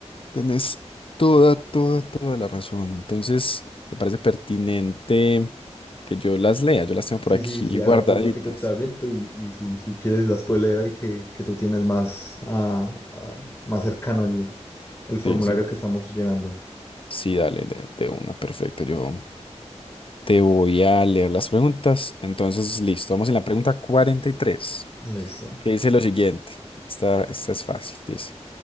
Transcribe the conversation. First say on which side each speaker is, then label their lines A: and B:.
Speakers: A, on the left; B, on the left.
A: Tenés toda, toda, toda la razón. Entonces, me parece pertinente que yo las lea. Yo las tengo por
B: Sí,
A: aquí
B: sí, sí, hagamos
A: guardaditas.
B: un ratico de entrenamiento y, y si, si quieres las puedes leer ahí que, que tú tienes más, ah, ah, más cercano el, el formulario
A: Sí, sí.
B: que estamos llenando.
A: Sí, dale, de, de una, perfecto. Yo Te voy a leer las preguntas. Entonces, listo. Vamos en la pregunta cuarenta y tres.
B: Listo.
A: que dice lo siguiente. Esta, esta es fácil. Dice,